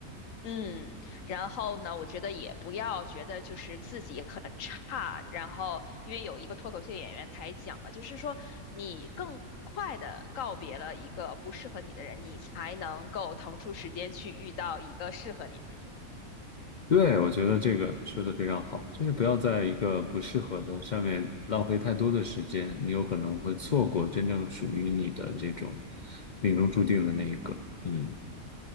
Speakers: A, on the left; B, on the left.
A: 嗯，然后呢，我觉得也不要觉得就是自己很差，然后因为有一个脱口秀演员台讲嘛，就是说你更快的告别了一个不适合你的人，你才能够腾出时间去遇到一个适合你的
B: 对，我觉得这个说的非常好，就是不要在一个不适合的上面浪费太多的时间，你有可能会错过真正属于你的这种命中注定的那一个。嗯